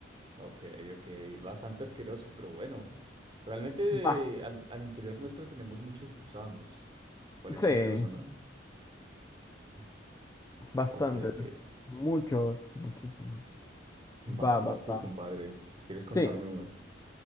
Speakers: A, on the right; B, on the left.
A: ok, ok, bastante asqueroso, pero bueno, realmente
B: Ah,
A: eh, al, al interior nuestro tenemos muchos gusanos. Cuál
B: sí,
A: es chistoso, ¿no? Sí.
B: bastantes.
A: Ok, ok.
B: Muchos, muchísimos.
A: Vas
B: Va,
A: tú,
B: va,
A: vas tú,
B: va.
A: compadre, si quieres contarme
B: Sí,
A: uno.